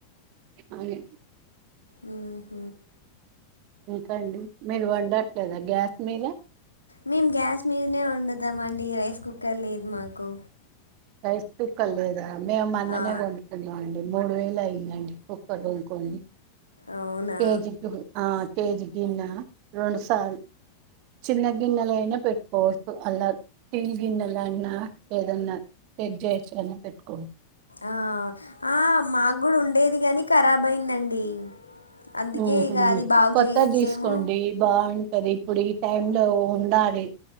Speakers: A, on the right; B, on the left.
A: అవును
B: ఆహ
A: ఇకండి మీరు వండట్లేదా గ్యాస్ మీద
B: మేము గ్యాస్ మీదనే వండుతాం అండి రైస్ కుక్కర్ లేదు మాకు
A: రైస్ కుక్కర్ లేదా మేం మొన్ననే
B: ఆ
A: కొనుకున్నాం అండి మూడు వేలు అయిందండి కుక్కర్ కొనుక్కోని
B: అవునా
A: కేజీకి ఆ కేజీ గిన్నా రెండు సార్లు చిన్న గిన్నెలయినా పెట్టుకోవచ్చు అలా స్టీల్ గిన్నెలన్నా ఏదన్నా చెక్ చేసి గాని పెట్టుకోవచ్చు
B: ఆ ఆ మాకు కూడా ఉండేది గాని కరాబ్ అయిందండి అందుకే
A: ఉ
B: ఇక అది బాగు
A: కొత్తది
B: చేయట్లేము
A: తీసుకోండి బాగుంట ది ఇప్పుడు ఈ టైం లో ఉండాలి